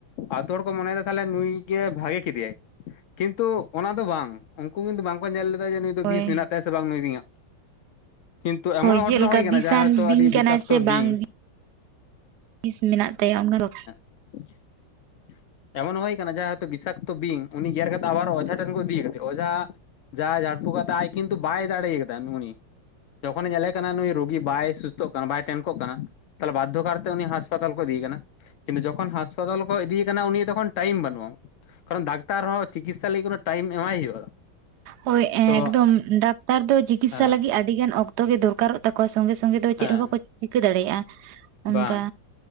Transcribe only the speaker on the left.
ᱟᱛᱳ ᱦᱚᱲ ᱠᱚ ᱢᱚᱱᱮᱭ ᱫᱟ ᱛᱟᱦᱞᱮ ᱱᱩᱭ ᱜᱮ ᱵᱷᱟᱜᱮ ᱠᱮᱫᱮᱭᱟᱭ᱾ ᱠᱤᱱᱛᱩ ᱚᱱᱟ ᱫᱚ ᱵᱟᱝ ᱩᱱᱠᱩ ᱠᱤᱱᱛᱩ ᱵᱟᱝᱠᱚ ᱧᱮᱞ ᱞᱮ ᱫᱟᱭ ᱡᱮ ᱱᱩᱭᱟᱜ ᱫᱚ
ᱵᱤᱥ ᱢᱮᱱᱟᱜᱼᱛᱟᱭᱟᱥᱮ ᱵᱟᱝ ᱱᱩᱭ ᱵᱤᱧᱟᱜ ᱾ ᱠᱤᱱᱛᱩ ᱮᱢᱚᱱ
ᱜᱷᱚᱴᱚᱱᱟ
ᱦᱩᱭ
ᱠᱟᱱᱟ ᱡᱟᱦᱟᱸ ᱦᱚᱭᱛᱳ
ᱟᱹᱰᱤ
ᱵᱤᱥᱟᱠᱛᱚ
ᱵᱤᱧ
<unintelligible> ᱮᱢᱚᱱ ᱦᱩᱭ ᱠᱟᱱᱟ ᱡᱟᱦᱟᱸ ᱵᱤᱥᱟᱠᱛᱚ ᱵᱤᱧ ᱩᱱᱤ ᱜᱮᱨ ᱠᱟᱛᱮ ᱟᱵᱟᱨ ᱚᱡᱷᱟ ᱴᱷᱮᱱ ᱠᱚ ᱤᱫᱤᱭ ᱠᱟᱫᱮᱭᱟ ᱚᱡᱷᱟ ᱡᱟ ᱡᱷᱟᱲᱯᱷᱩ ᱠᱟᱛᱮᱜ ᱟᱡ ᱠᱤᱱᱛᱩ ᱵᱟᱭ ᱫᱟᱲᱮᱭ ᱠᱟᱫᱟ ᱩᱱᱤ ᱡᱚᱠᱷᱚᱱᱮ ᱧᱮᱞᱮ ᱠᱟᱱᱟ ᱱᱩᱭ ᱨᱩᱜᱤ ᱵᱟᱭ ᱥᱩᱥᱛᱷᱚᱜ ᱠᱟᱱᱟ ᱵᱟᱭ ᱛᱮᱱᱠᱚᱜ ᱠᱟᱱᱟ ᱛᱟᱦᱚᱞᱮ ᱵᱟᱫᱽᱫᱷᱚ ᱠᱟᱨᱛᱮ ᱩᱱᱤ ᱦᱟᱥᱯᱟᱛᱟᱞ ᱠᱚ ᱤᱫᱤᱭᱮ ᱠᱟᱱᱟ᱾ ᱠᱤᱱᱛᱩ ᱡᱚᱠᱷᱚᱱ ᱦᱟᱸᱥᱯᱟᱛᱟᱞ ᱠᱚ ᱤᱫᱤᱭᱮ ᱠᱟᱱᱟ ᱩᱱᱤᱭᱟᱜ ᱛᱚᱠᱷᱚᱱ ᱴᱟᱭᱤᱢ ᱵᱟᱱᱩᱜᱼᱟ᱾ ᱠᱟᱨᱚᱱ ᱰᱟᱠᱛᱟᱨ ᱦᱚᱸ ᱪᱤᱠᱤᱥᱟ ᱞᱟᱹᱜᱤᱫ ᱴᱟᱭᱤᱢ ᱮᱢᱟᱭ ᱦᱩᱭᱩᱜᱼᱟ᱾
ᱛᱚ
ᱦᱮᱸ
ᱦᱮᱸ
ᱵᱟᱝ